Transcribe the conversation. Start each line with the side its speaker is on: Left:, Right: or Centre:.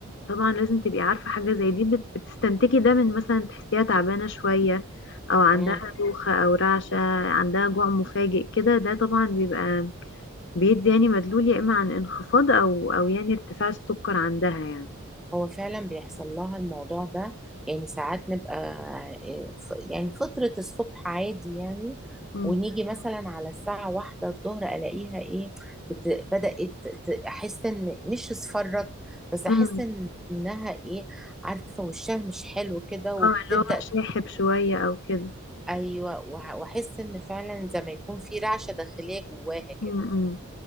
Left: طبعا لازم تبقي عارفة حاجة زي دي بت- بتستنتجي ده من مثلا تحسيها تعبانة شوية او عندها
Centre: آه.
Left: دوخة او رعشة عندها جوع مفاجئ كده ده طبعا بيبقى بيدي يعني مدلول يا اما عن انخفاض او او يعني ارتفاع السكر عندها يعني
Centre: هو فعلا بيحصل لها الموضوع ده يعني ساعات نبقى آه، ف- يعني فترة الصبح عادي يعني
Left: امم
Centre: ونيجي مثلا على الساعة واحدة الظهر ألاقيها إيه بت... بدأت ت- أحس إن مش اصفرت بس أحس
Left: امم
Centre: إن إنها إيه عارفة وشها مش حلو كده وبتبدأ
Left: اه اللي هو شاحب شوية او كده
Centre: أيوه وه- وأحس إن فعلا زي ما يكون في رعشة داخلية جواها كده
Left: امم